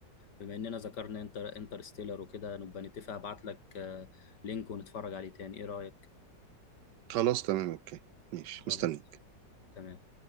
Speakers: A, on the left; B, on the right.
A: بما اننا ذكرنا انتر انترستيلر وكده نبقى نتفق ابعت لك آه، لينك ونتفرج عليه تاني ايه رايك
B: خلاص تمام اوكي ماشي
A: خلاص
B: مستني
A: تمام